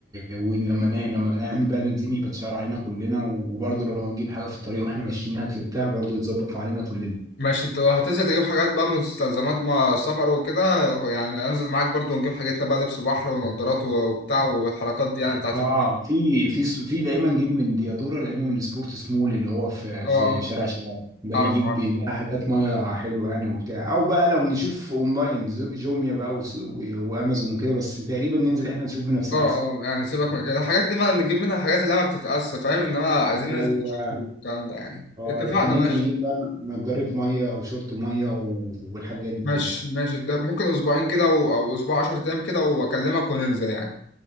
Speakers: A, on the right; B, on the left.
A: ولما نا... لما نعمل بقى بنزين يبقى اتشال علينا كلنا وبرضه لو هنجيب حاجة في الطريق واحنا ماشيين اكل بتاع برضه يتظبط علينا كلنا
B: ماشي انت لو هتنزل تجيب حاجات بقى مستلزمات ما السفر وكده يعني انزل معاك برضو ونجيب حاجتنا بقى لبس بحر ونضارات وبتاع والحركات دي يعني بتاعت
A: اه
B: ال-
A: في في س- في دايما نجيب من ديادوره دايما من سبورت سمول اللي هو في
B: اه
A: في
B: آه.
A: شارع شباب ده
B: اعرف
A: بيجيب
B: اعرف
A: بيبيع حاجات ميه حلوه يعني وبتاع او بقى لو نشوف اونلاين ز- جوميا بقى وس- و- وامازون وكده بس تقريبا ننزل احنا نشوف بنفسنا
B: اه
A: احسن
B: اه يعني سيبك من كده الحاجات دي ما نجيب منها الحاجات اللي ما بتتقاس فاهم انما عايزين
A: ايوه
B: ننزل نشوف الكلام ده يعني
A: اه
B: اتفقنا
A: لكن ننزل
B: بالظبط ماشي
A: نجيب بقى نضاره ميه او شورت ميه و- والحاجات دي
B: ماشي
A: كلها
B: ماشي ده ممكن اسبوعين كده و- او اسبوع 10 ايام كده واكلمك وننزل يعني